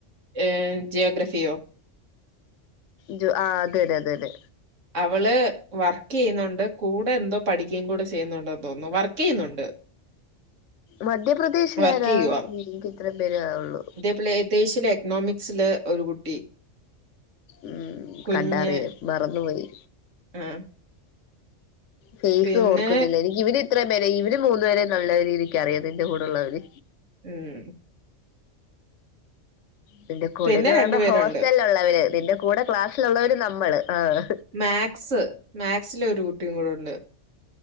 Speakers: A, on the right (about 85°); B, on the left (about 75°).
A: ഏഹ് ജിയോഗ്രഫിയോ
B: ജ ആഹ് അതന്നെ അതെന്നെ
A: അവള് വർക്ക് ചെയ്യുന്നുണ്ട് കൂടെ എന്തോ പഠിക്കുകയും കൂടെ ചെയ്യുന്നുണ്ടന്ന് തോന്നുന്നു വർക്ക് ചെയ്യുന്നുണ്ട്
B: മധ്യപ്രദേശിലാരാ
A: വർക്കെയ്യുവാ.
B: എനിക്ക് ഇത്രയും പേരെ അറിയുള്ളു
A: <unintelligible> ശിൽ എക്കണോമിക്സില് ഒരു കുട്ടി
B: ഉം
A: കുഞ്ഞ്
B: കണ്ടാറിയും മറന്നുപോയി
A: ആഹ്
B: ഫേസ്
A: പിന്നെ
B: ഓർക്കുന്നില്ല എനിക്ക് ഇവര് ഇത്രയും വേരെ ഇവര് മൂന്നുേപേരെ നല്ല രീതിക്ക് അറിയാം നിന്റെ കൂടെയുള്ളവര്
A: ഉം
B: നിന്റെ കൂടെന്ന്
A: പിന്നെ
B: പറയുമ്പോ
A: പേരുണ്ട്.
B: ഹോസ്റ്റല് ഉള്ളവര് നിന്റെ കൂടെ ക്ലാസ്സിലുള്ളവര് നമ്മള് ആഹ്
A: മാക്സ് മാക്സിലെ ഒരു കുട്ടിയും കൂടെ ഉണ്ട്